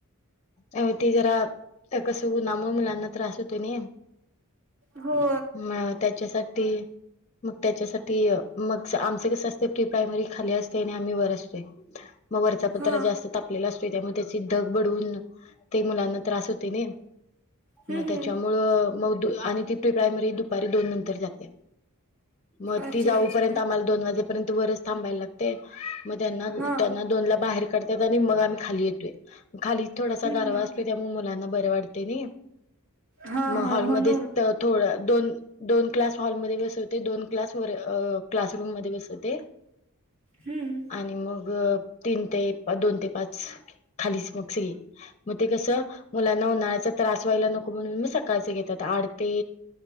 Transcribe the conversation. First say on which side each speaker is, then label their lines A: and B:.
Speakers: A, on the left; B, on the right.
A: अहो ते जरा आता कस उन्हामुळे मुलांना त्रास होतो नाहीये.
B: हो.
A: म त्याच्यासाठी मग त्याच्यासाठी मग आमचं कसं असतय प्री प्रायमरी खाली असते आणि आम्ही वर असते. मग वरचा पत्रा
B: हा
A: जास्त तापलेला असतोय त्यामुळे त्याची दग बडवून ते मुलांना त्रास होतोय ने
B: हम्म
A: मग त्याच्या
B: हम्म
A: मुळ म दु आणि ती प्री प्रायमरी दु दुपारी दोन नंतर जात्या मग
B: अच्छा
A: ती जाऊपर्यंत
B: अच्छा
A: आम्हाला दोन वाजेपर्यंत वरच थांबायला लाग ते मग त्यांना
B: हा
A: त्यांना दोनला बाहेर काढतात आणि मग आम्ही खाली येतोय खा थोडासा
B: हम्म
A: गारवा
B: हम्म
A: असतोय त्यामुळ मुलांना बरे वाटतेनी
B: हा
A: मग
B: हा
A: हॉलमध्ये
B: म्हणून
A: त थोडं दोन दोन क्लास हॉलमध्ये बसवते दोन क्लास वर अ क्लासरूम मध्ये बसवते. <unintelligible> <inaudible>
B: हम्म.
A: आणि मग तीन ते दोन ते पाच खालीच मग सगळी. मग ते कसं मुलांना उन्हाळ्याचा त्रास व्हायला नको म्हणून म सकाळचे घेतात आठते